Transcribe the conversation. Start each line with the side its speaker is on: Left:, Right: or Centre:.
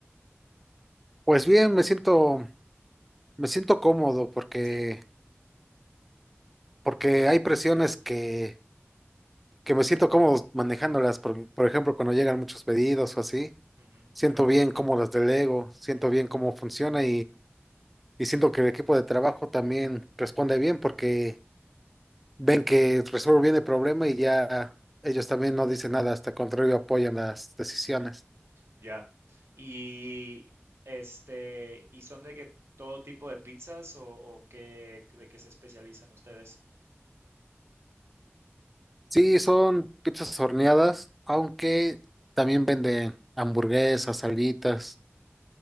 Centre: Pues bien, me siento, me siento cómodo porque,
Right: Sí.
Centre: porque hay presiones que, que me siento cómodo manejándolas. Por, por ejemplo, cuando llegan muchos pedidos o así,
Right: Ujú.
Centre: siento bien cómo las delego, siento bien cómo funciona Y siento que el equipo de trabajo también responde bien porque ven que resuelve bien el problema y ya ellos también no dicen nada, hasta el contrario apoyan las decisiones.
Right: Ya. Y este, ¿y son de que todo tipo de pizzas o, o qué, de qué se especializan ustedes?
Centre: Sí, son pizzas horneadas, aunque también venden hamburguesas, salitas.